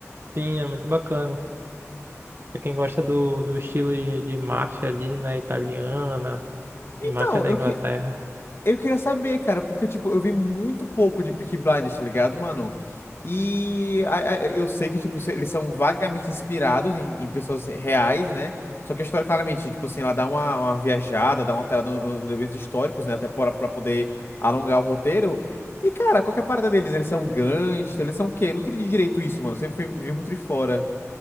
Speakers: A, on the right; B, on the left.
A: sim, é muito bacana. Pra quem gosta do, do estilo de, de máfia ali, né, italiana
B: Então,
A: e máfia da
B: eu,
A: Inglaterra.
B: que, eu queria saber, cara, porque, tipo, eu vi muito pouco de Peaky Blinders, tá ligado, mano? E a- a- eu sei que, tipo, se- eles são vagamente inspirados em, em pessoas reais, né? Só que a história, claramente, tipo assim, ela dá uma, uma viajada, dá uma alterada no- nos eventos históricos, né? Até pra, pra poder alongar o roteiro. E, cara, qual que é a parada deles? Eles são gangsters, eles são o quê? Eu nunca entendi direito isso, mano. Sempre fui- vi muito de fora.